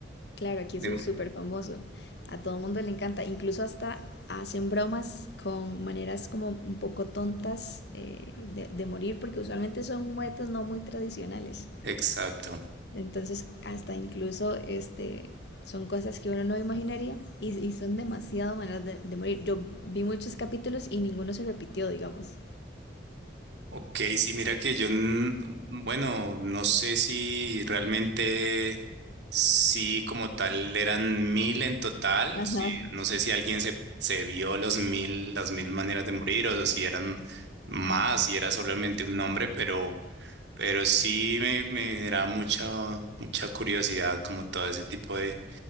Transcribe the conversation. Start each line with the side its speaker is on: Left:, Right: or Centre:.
Left: claro, aquí
Right: De-
Left: eso es súper famoso. A todo mundo le encanta. Incluso hasta hacen bromas con maneras como un poco tontas eh, de, de morir, porque usualmente son muertes no muy tradicionales.
Right: exacto.
Left: Entonces, hasta incluso este, son cosas que uno no imaginaría y, y son demasiado maneras de, de morir. Yo vi muchos capítulos y ninguno se repitió, digamos.
Right: Ok, sí, mira que yo, n- bueno, no sé si realmente, sí, como tal, eran mil en total,
Left: Ajá.
Right: sí, no sé si alguien se, se vio los mil, las mil maneras de morir o si eran más, si era solamente un nombre, pero, pero sí me, me generaba mucha, mucha curiosidad como todo ese tipo de,